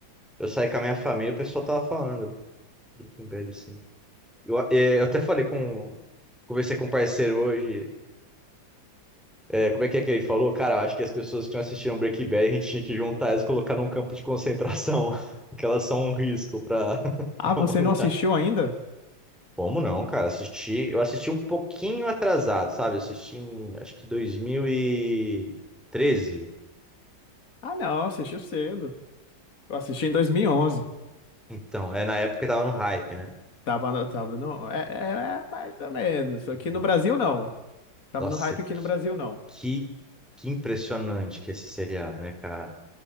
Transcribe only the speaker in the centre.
eu saí com a minha família, o pessoal tava falando de Breaking Bad, assim. Eu, é, eu até falei com. Conversei com um parceiro hoje. é, como é que é que ele falou? Cara, eu acho que as pessoas que não assistiram Breaking Bad, a gente tinha que juntar elas e colocar num campo de concentração, <laughs> que elas são um risco pra, <laughs>
pra
humanidade.
Como não, cara? Assisti, eu assisti um pouquinho atrasado, sabe? Eu assisti em, acho que dois mil e treze.
Então, é na época que tava no hype, né?
Hum.
Nossa,
que,
que, que impressionante que é esse seriado, né, cara?